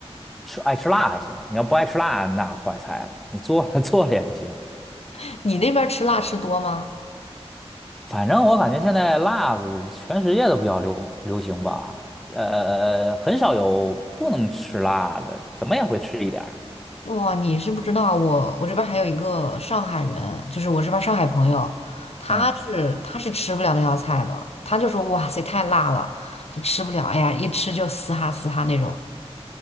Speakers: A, in the centre; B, on the left (about 70°).
A: 吃爱吃辣还行，你要不爱吃辣，那坏菜了，你做了 <laughs> 做了也不行，
B: <laughs> 你那边吃辣吃多吗？
A: 反正我感觉现在辣子全世界都比较流流行吧，呃，很少有不能吃辣的，怎么也会吃一点儿。
B: 哇，你是不知道我，我这边还有一个上海人，就是我这边上海朋友，他是他是吃不了那道菜的，
A: 嗯，
B: 他就说哇塞太辣了，就吃不了，哎呀一吃就嘶哈嘶哈那种。